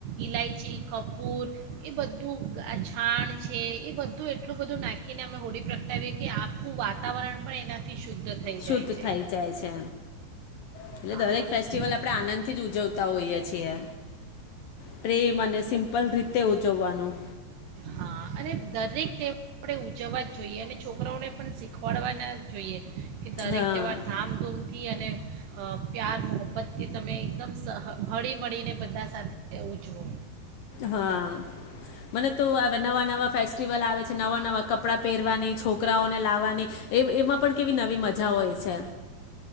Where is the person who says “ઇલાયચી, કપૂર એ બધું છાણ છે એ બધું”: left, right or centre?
Right